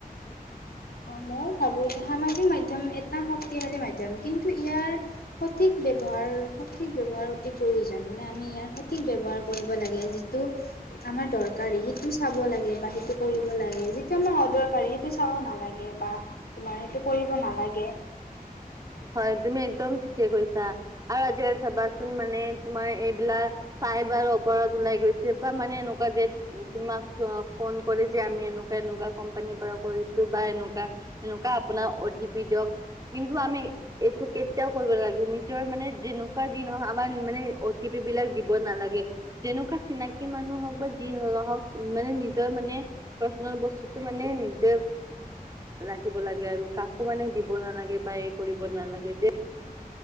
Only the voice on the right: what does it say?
হয় তুমি একদম ঠিকে কৈছা আৰু আজিকালি চাবাচোন মানে তোমাৰ এইবিলাক পাই বাৰ অপৰাধ ওলাই গৈছে বা মানে এনেকুৱা যে তোমাক ফোন কৰে যে আমি এনেকুৱা এনেকুৱা কোম্পানী পৰা কৰিছোঁ বা এনেকুৱা এনেকুৱা আপোনাৰ অ' টি পি দিয়ক কিন্তু আমি এইটো কেতিয়াও কৰিব লাগে নিজৰ মানে যেনেকুৱা যি নহওক আমাৰ মানে অ টি পি বিলাক দিব নালা <unintelligible> যেনেকুৱা চিনাকি মানুহ হক বা যি নহওক মানে নিজৰ মানে পাৰ্চনেল বস্তু বস্তুটো মানে নিজে ৰাখিব লাগে আৰু কাকো মানে দিব নালাগে বা এক কৰিব নালাগে যে।